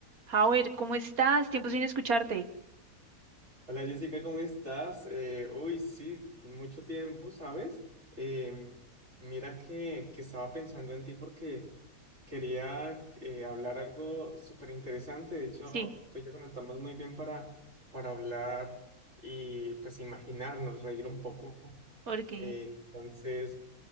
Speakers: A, on the right; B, on the right.
A: Howard, ¿cómo estás? Tiempo sin escucharte.
B: Hola Jessica, ¿cómo estás? Eh, uy, sí, mucho tiempo, ¿sabes? Em, mira que, que estaba pensando en ti porque quería eh, hablar algo súper interesante. De hecho,
A: Sí,
B: tú y yo conectamos muy bien para, para hablar y pues imaginarnos, reír un poco.
A: ok.
B: Eh, entonces,